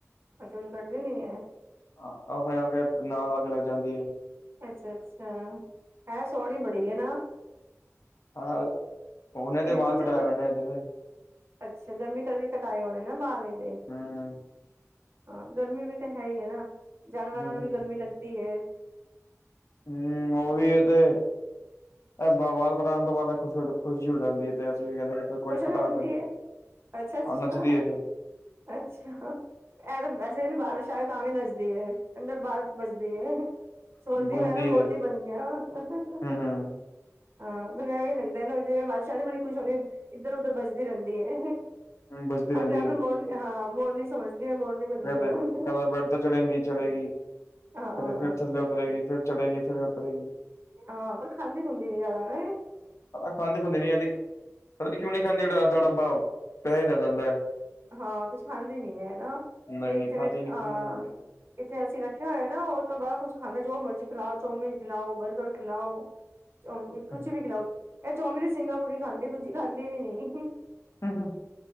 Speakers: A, on the right; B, on the left.
A: ਅੱਛਾ ਹੁਣ ਵਡਦੀ ਨੀ ਐ।
B: ਹਾਂ ਆਪਣੇ ਆਪ ਨਾਲ ਆਕੇ ਲੱਗ ਜਾਂਦੀ ਏ।
A: ਅੱਛਾ-ਅੱਛਾ ਹੈ ਸੋਹਣੀ ਬੜੀ ਹੈ ਨਾ।
B: ਹਾਂ ਉਹਨੇ ਤੇ
A: ਇਹਦੇ
B: ਵਾਲ
A: ਪੁੱਛ
B: ਕਟਾਇਆ ਹੋਏ ਨੇ ਏਦੇ ਓਏ
A: ਅੱਛਾ ਗਰਮੀ ਕਰਕੇ ਕਟਾਏ ਹੋਣੇ ਨਾ ਵਾਲ ਏਦੇ।
B: ਹਮ
A: ਹਾਂ ਗਰਮੀ ਵੀ ਤਾਂ ਹੈ ਹੀ ਹੈ ਨਾ ਜਾਨਵਰਾਂ
B: ਹਮ
A: ਨੂੰ ਵੀ ਗਰਮੀ ਲੱਗਦੀ ਹੈ।
B: ਹੂ ਉਹ ਵੀ ਏ ਤੇ ਇਹ ਬ ਬਾਲ ਕਟਾਉਣ ਤੋਂ ਬਾਦ ਖੁਸ਼ ਹੋ ਖੁਸ਼ੀ ਹੋ ਜਾਂਦੀ ਹੈ ਤੇ ਦੀਦੀ ਕਹਿੰਦਾ ਕੋਈ
A: ਖੁਸ਼
B: ਨਾ
A: ਹੋ
B: ਕਟਾ
A: ਜਾਂਦੀ
B: ਦੇ ਫੇਰ,
A: ਹੈ ਅੱਛਾ ਅੱਛਾ
B: ਆ ਨਚਦੀ ਐ ਫਿਰ।
A: ਅੱਛਾ ਹਹ, ਇਹ ਐਵੇ ਵੈਸੇ ਬਾਰਿਸ਼ ਆ, ਤਾਂ ਵੀ ਨੱਚਦੀ ਏ ਅੰਦਰ ਬਾਹਰ। ਭੱਜਦੀ ਹੈ, ਸੋਚਦੀ
B: ਗਾਉਂਦੀ
A: ਮੈਂ ਨਾ ਮੋਰਨੀ
B: ਹੈ
A: ਬਣੀ ਆ ਹਹਹ
B: ਹਮ ਹਮ
A: ਹਾਂ ਮੈਨੂੰ ਇਹ ਲੱਗਦਾ ਜਿਵੇਂ, ਬਾਰਿਸ਼ਾ ਆਂਦੀ ਬੜੀ ਕੁੱਛ ਹੁੰਦੀ ਇੱਧਰ -ਉੱਧਰ ਪਜਦੀ ਰਹਿੰਦੀ ਏ।
B: ਹਮ ਬਜਦੀ ਰਹਿੰਦੀ
A: ਆਪਣੇ ਆਪ
B: ਹੈ
A: ਨੂੰ ਮੋਰਨੀ ਹਾਂ, ਮੋਰਨੀ ਸਮਝਦੀ ਹ ਮੋਰਨੀ। ਬਣ
B: ਕਦੇ
A: ਗਈ ਹੁਣ
B: -ਕਦੇ ਬੈਡ ਤੇ ਚੜੇਗੀ -ਚੜੇਗੀ,
A: ਹਾਂ
B: ਕਦੇ ਫਿਰ ਥੱਲੇ ਉਤਰੇਗੀ ਫਿਰ ਚੜੇਗੀ ਫਿਰ ਉਤਰੇ ਗੀ।
A: ਹਾਂ, ਪਰ ਖਾਂਦੀ- ਖੁਦੀ ਨੀ ਜਾਦਾ ਹੈ।
B: ਆ ਖਾਂਦੇ- ਖੁਦੀ ਨੀ, ਇਹ ਦੇਖੀ <inaudible> ਪਤਾ ਨੀ ਕਿਉਂ ਨੀ ਖਾਂਦੀ, ਸੋਡਾ ਆਂਵਦਾ ਟਾਬਾ ਉਹ <inaudible> ਪੈਸੈ ਲੈਦਾਂ ਆ।
A: ਹਾਂ, ਕੁਛ ਖਾਂਦੀ ਨੀ ਏ ਨਾ,
B: ਨਹੀਂ
A: ਇੱਥੇ
B: ਨਹੀਂ ਖਾਂਦੇ
A: ਮੈ
B: ਨਹੀਂ ਪਤਾ
A: ਆ
B: ਨਹੀਂ ਕਿਉਂ ਨੀ ਖਾਂਦੇ।
A: ਇੱਥੇ ਅਸੀਂ ਰੱਖਿਆ ਹੋਇਆ ਨਾ, ਉਹ ਤਾਂ ਬੜਾ ਕੁਛ ਖਾਂਦਾ, ਜੋ ਮਰਜ਼ੀ ਖਿਲਾਓ ਚੌਮੀਨ ਖਿਲਾਓ ਬਰਗਰ ਖਿਲਾਓ। ਚੌਮੀਨੀ ਕੁਛ
B: ਹੂੰ,
A: ਵੀ ਖਿਲਾਓ, ਇਹ ਚੌਮੀਨੀ ਦੀ ਸਿੰਗਾਪੁਰੀ ਖਾਂਦੀ, ਦੂਜੀ ਖਾਂਦੀ ਵੀ ਨਹੀ ਹਹਹ
B: ਹਮ,